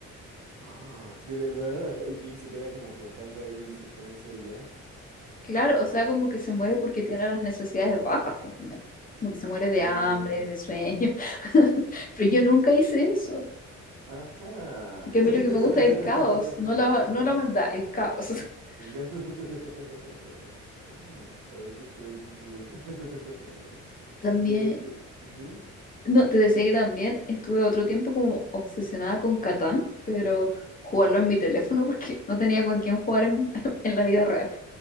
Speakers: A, on the right; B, on the left.
A: Ah, de verdad, ajá. Y que ahí se queda como flotando ahí y se cansa y ya.
B: Claro, o sea, como que se muere porque tiene las necesidades bajas finalmente. Como que se muere de
A: Oye.
B: hambre, de sueño. <laughs> Pero yo nunca hice eso.
A: Ajá.
B: Porque
A: <laughs>
B: a mí lo que me gusta es el caos, no la, no la maldad, el caos. <laughs>
A: Venga. <laughs> Oh, qué cool, qué cool. <laughs>
B: También,
A: Y que, que- ujú.
B: no, te decía que también estuve otro tiempo como obsesionada con Catán, pero jugarlo en mi teléfono porque no tenía con quién jugar en, <laughs> en la vida real.